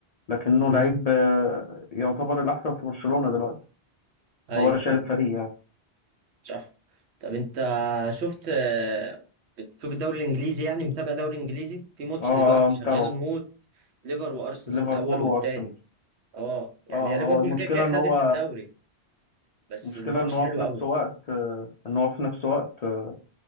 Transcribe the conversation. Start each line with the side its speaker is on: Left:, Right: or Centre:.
Left: لكنه
Right: امم
Left: لعيب آه، يعتبر الأحسن في برشلونة دلوقتي
Right: ايوه
Left: هو اللي شايل الفريق يعني
Right: صح طب انت شفت بتشوف الدوري الانجليزي يعني متابع دوري انجليزي في ماتش
Left: اه آه،
Right: دلوقتي
Left: متابعه
Right: شغال موت ليفر وارسنال
Left: ليفربول
Right: الاول والتاني
Left: وأرسنال
Right: اه يعني
Left: اه آه،
Right: يا ليفربول
Left: هو المشكلة
Right: كده كده خدت
Left: إن هو
Right: الدوري بس
Left: المشكلة
Right: الماتش
Left: إن هو
Right: حلو
Left: في نفس
Right: قوي
Left: وقت آه، إن هو في نفس وقت آه،